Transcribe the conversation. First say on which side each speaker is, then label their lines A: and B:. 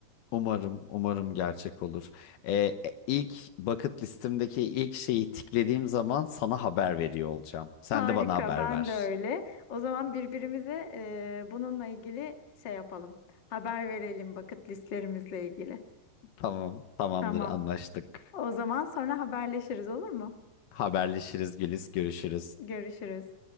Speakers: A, on the left; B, on the left.
A: Umarım, umarım gerçek olur. Ee, e, ilk bucket listemdeki ilk şeyi tiklediğim zaman sana haber veriyor olacağım. Sen
B: Harika,
A: de bana haber
B: ben
A: ver.
B: de öyle. O zaman birbirimize e, bununla ilgili şey yapalım. Haber verelim bucket listlerimizle ilgili.
A: Tamam, tamamdır,
B: Tamam.
A: anlaştık.
B: O zaman sonra haberleşiriz olur mu?
A: Haberleşiriz, Güliz, görüşürüz.
B: Görüşürüz.